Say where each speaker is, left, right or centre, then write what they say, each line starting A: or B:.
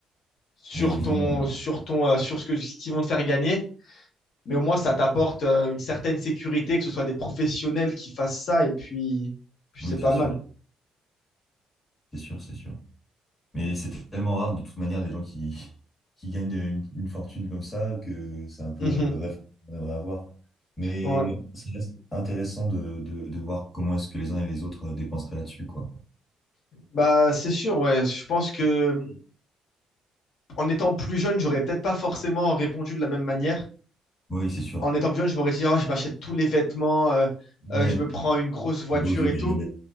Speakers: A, on the left (about 70°); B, on the left (about 20°).
A: sur
B: Mais ils
A: ton,
B: vont, euh,
A: sur ton, euh, sur ce que, ce qu'ils vont te faire gagner, mais au moins ça t'apporte euh, une certaine sécurité, que ce soit des professionnels qui fassent ça, et puis, puis
B: oui,
A: c'est pas
B: c'est
A: mal.
B: sûr, c'est sûr, c'est sûr. Mais c'est tellement rare, de toute manière, des gens qui, <laughs> qui gagnent une, une fortune comme ça, que c'est un peu
A: Mhm.
B: euh, le rêve qu'on aimerait avoir. Mais
A: Ouais.
B: c'est juste intéressant de, de, de voir comment est-ce que les uns et les autres euh, dépenseraient là-dessus, quoi.
A: Bah, c'est sûr, ouais. Je pense que en étant plus jeune, j'aurais peut-être pas forcément répondu de la même manière.
B: Oui, c'est sûr.
A: En étant plus jeune, je m'aurais dit, oh, je m'achète tous les vêtements, euh,
B: Mais
A: euh, je me prends une grosse voiture
B: des beaux objets,
A: et tout.